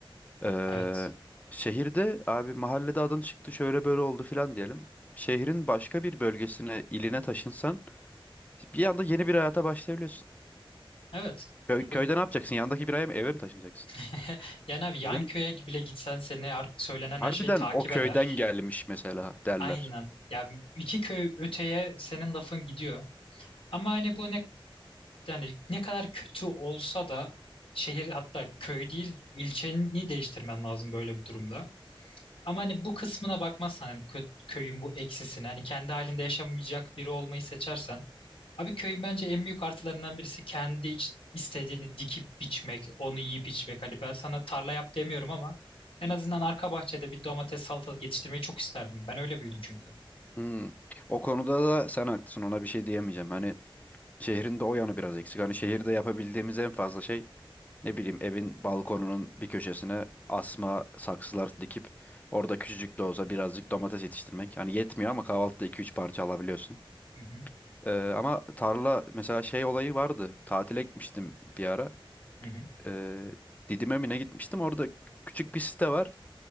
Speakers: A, on the left; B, on the left.
A: Eee,
B: Evet.
A: şehirde abi mahallede adın çıktı şöyle böyle oldu filan diyelim. Şehrin başka bir bölgesine, iline taşınsan bir anda yeni bir hayata başlayabiliyorsun.
B: Evet.
A: Köy,
B: Ya bu
A: köyde ne yapacaksın? Yandaki bir aya mı, eve mi taşınacaksın?
B: <laughs> yani abi yan
A: Değil
B: köye
A: mi?
B: bile gitsen seni artık söylenen
A: Harbiden
B: her şeyi takip
A: o köyden
B: eder.
A: gelmiş mesela derler.
B: Aynen. Ya iki köy öteye senin lafın gidiyor. Ama hani bu ne yani ne kadar kötü olsa da şehir hatta köy değil ilçeni değiştirmen lazım böyle bir durumda. Ama hani bu kısmına bakmazsan hani kö- köyün bu eksisine hani kendi halinde yaşamayacak biri olmayı seçersen abi köyün bence en büyük artılarından birisi kendi iç- istediğini dikip biçmek, onu yiyip içmek. Hani ben sana tarla yap demiyorum ama en azından arka bahçede bir domates salatalık yetiştirmeyi çok isterdim. Ben öyle büyüdüm çünkü.
A: Hmm. O konuda da sen haklısın ona bir şey diyemeyeceğim. Hani şehrin de o yanı biraz eksik. Hani şehirde yapabildiğimiz en fazla şey ne bileyim evin balkonunun bir köşesine asma saksılar dikip orada küçücük de olsa birazcık domates yetiştirmek. Hani yetmiyor ama kahvaltıda iki üç parça alabiliyorsun.
B: Hı hı,
A: Ee, ama tarla mesela şey olayı vardı. Tatile gitmiştim bir ara.
B: hı hı,
A: Ee, Didim'e mi ne gitmiştim? Orada küçük bir site var.